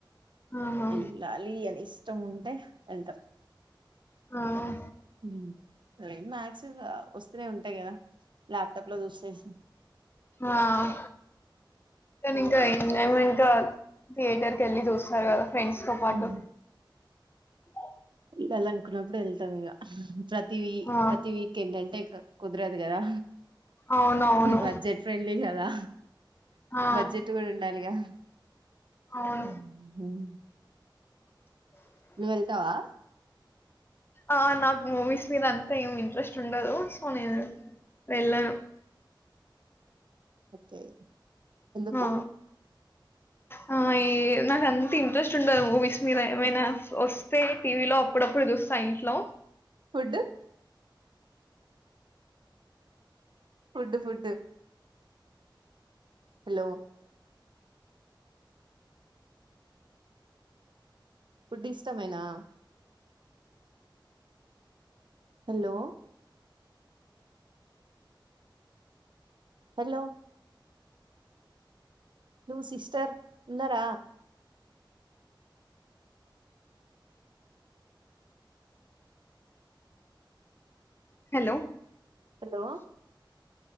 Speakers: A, on the left; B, on the right.
A: ఆహా
B: వెళ్ళాలి అని ఇష్టం ఉంటే వెళ్తం
A: ఆఁ
B: మ్ లేదు మ్యాక్స్ వా వస్తూనే ఉంటాయి కదా ల్యాప్టాప్ లో చూసేస్
A: ఆఁ కని ఇంకా ఎంజాయ్మెంట్ థియేటర్ కి ఎళ్ళి చూస్తరు కదా ఫ్రెండ్స్ తో పాటు.
B: ఉమ్
A: <unintelligible>
B: వెళ్ళాలనుకున్నప్పుడు వెళ్తాం ఇగ ప్రతి వీ
A: ఆ
B: ప్రతి వీకెండ్ అంటే క కుదరదు కదా
A: అవును అవును
B: బడ్జెట్ ఫ్రెండ్లీ కదా
A: ఆ
B: బడ్జెట్ కూడ ఉండాలిగా! <unintelligible>
A: అవును
B: నువ్వు వెళ్తావా
A: ఆ నాకు మూవీస్ మీద అంతా ఏం ఇంట్రెస్ట్ ఉండదు సో నేను వెళ్ళను
B: ఓకే ఎందుకు
A: ఆ హై నాకంత ఇంట్రెస్ట్ ఉండదు మూవీస్ మీద ఏమైనా వస్తే టీవీ లో అప్పుడప్పుడు చూస్తా ఇంట్లో
B: food food food hello food ఇష్టమేనా హలో హలో నువ్వు సిస్టర్ ఉన్నార
A: హలో
B: హలో